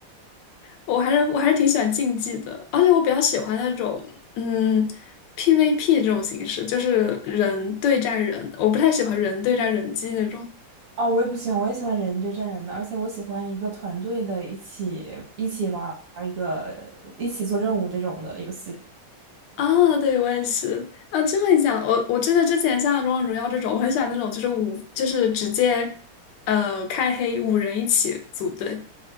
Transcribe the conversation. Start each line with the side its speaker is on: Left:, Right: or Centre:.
Left: 我还是我还是挺喜欢竞技的，而且我比较喜欢那种嗯 PVP 这种形式，就是人对战人，我不太喜欢人对战人机那种。
Right: 哦，我也不喜欢，我也喜欢人对战人的，而且我喜欢一个团队的，一起一起玩儿一个，一起做任务这种的游戏。
Left: 啊，对，我也是啊。这么一讲，我我真的之前像《王者荣耀》这种，我很喜欢那种就是五，就是直接呃开黑五人一起组队。